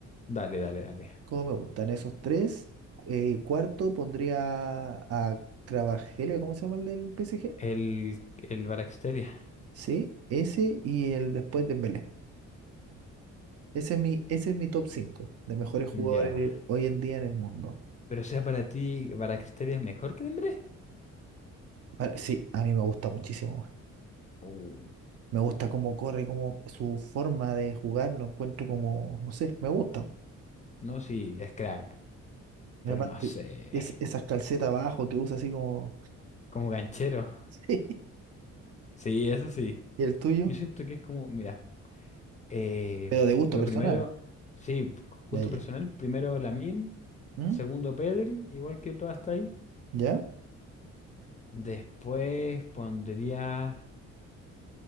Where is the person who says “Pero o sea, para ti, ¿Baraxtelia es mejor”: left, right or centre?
Left